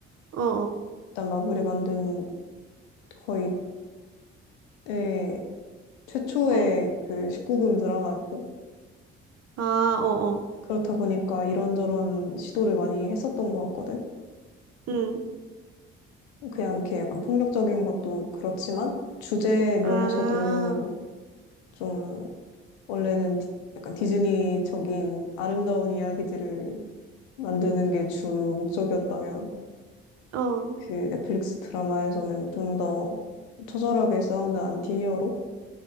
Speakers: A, on the right (about 50°); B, on the left (about 85°).
A: 어, 어.
B: 일단 마블이 만든 거의 처음에, 최초의
A: 어.
B: 그 19금 드라마였고,
A: 아, 어, 어.
B: 그렇다 보니까 이런저런 시도를 많이 했었던 것 같거든?
A: 응.
B: 그냥 이렇게 약간 폭력적인 것도 그렇지만, 주제
A: 아,
B: 면에서도 좀, 원래는 디- 약간 디즈니적인 아름다운 이야기들을 만드는 게 주 목적이었다면,
A: 어.
B: 그 넷플릭스 드라마에서는 좀 더 처절하게 싸우는 안티히어로